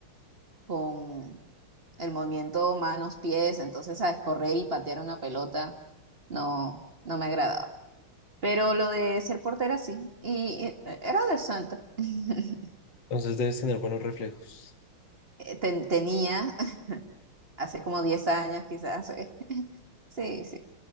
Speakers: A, on the right; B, on the left.
A: con el movimiento manos-pies, entonces, ¿sabes? Correr y patear una pelota no, no me agradaba. Pero lo de ser portera sí. Y eh, era decente. <laughs>
B: Entonces debes tener buenos reflejos,
A: Eh, ten- tenía <laughs> hace como 10 años quizás. eh. <laughs> Sí, sí.